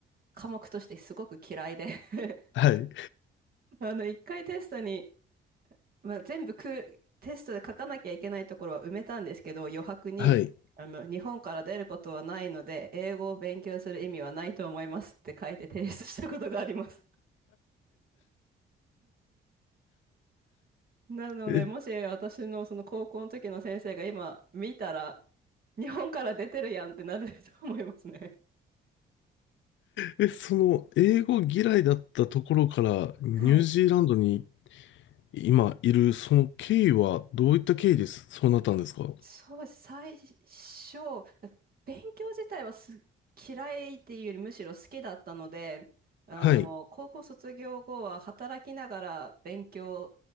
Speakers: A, on the right; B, on the left.
A: 科目としてすごく嫌いで <laughs>
B: はい、
A: あの、一回テストに、まあ、全部く、テストで書かなきゃいけないところは埋めたんですけど、余白に、
B: はい。
A: あの、日本から出ることはないので、英語を勉強する意味はないと思いますって書いて提出したことがあります。なので、
B: え、
A: もし私のその高校の時の先生が今見たら、日本から出てるやんってなると思いますね。
B: え、その、英語嫌いだったところから、ニュージーランドに
A: はい。
B: 今いる、その経緯は、どういった経緯です、そうなったんですか
A: そう、最初、勉強自体はす嫌いっていうよりむしろ好きだったので、あの、
B: はい、
A: 高校卒業後は働きながら勉強